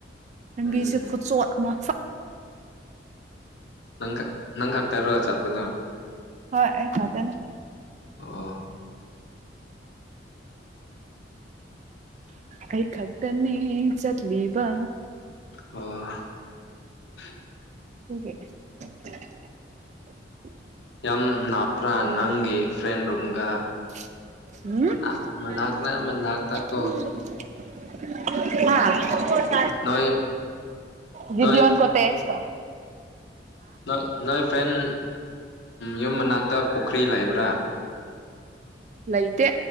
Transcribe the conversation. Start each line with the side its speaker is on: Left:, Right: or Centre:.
Right: ꯂꯝꯕꯤꯁꯦ
Left: ꯎꯝ
Right: ꯈꯨꯆꯣꯠꯑꯃ
Left: ꯅꯪ ꯈꯛ ꯅꯪ ꯈꯛꯇꯥꯔꯣ ꯆꯠꯄꯗꯣ
Right: ꯍꯣꯏ ꯑꯩ ꯈꯛꯇꯅꯦ
Left: ꯑꯥ <inaudible>
Right: ꯑꯩ ꯈꯛꯇꯅꯤ ꯆꯠꯂꯤꯕ
Left: <inaudible>
Right: ꯎꯦ <unintelligible>
Left: ꯌꯥꯝ ꯂꯥꯞꯄ꯭ꯔꯥ ꯅꯪꯒꯤ ꯐ꯭ꯔꯦꯟ ꯔꯨꯝꯒ
Right: <inaudible>
Left: ꯃꯅꯥꯛ
Right: ꯎꯝꯍꯝ
Left: ꯃꯅꯥꯛꯅ ꯃꯅꯥꯛꯇ
Right: ꯍꯥ
Left: ꯀꯣ
Right: <unintelligible>
Left: ꯅꯣꯏ
Right: ꯚꯤꯗꯤꯌꯣꯟ
Left: ꯅꯣꯏ
Right: ꯀꯣꯠꯇꯦꯁ ꯇ
Left: ꯅꯣꯏ ꯅꯣꯏ ꯐ꯭ꯔꯦꯟ ꯌꯨꯝ ꯃꯅꯥꯛꯇ ꯄꯨꯛꯈ꯭ꯔꯤ ꯂꯩꯕ꯭ꯔꯥ
Right: ꯂꯩꯇꯦ